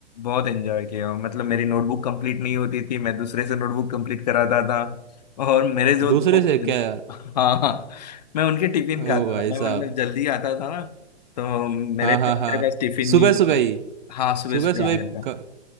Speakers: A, on the left; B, on the right.
A: बहुत एंजॉय किया हूँ मतलब मेरी नोटबुक कंप्लीट नहीं होती थी मैं दूसरे से नोटबुक कंप्लीट कराता था और मेरे जो
B: दूसरे
A: दोस्त
B: से
A: थे-
B: क्या
A: हाँ हाँ मैं उनके टिफिन खाता
B: ओ भाई
A: था मैं
B: साहब
A: मतलब जल्दी आता था ना तो मेरे
B: हाँ हाँ
A: मेरे
B: हाँ
A: पास टिफिन
B: सुबह
A: नहीं होती
B: सुबह ही
A: हाँ सुबह
B: सुबह
A: सुबह
B: सुबह
A: आ
B: ही
A: जाता
B: क-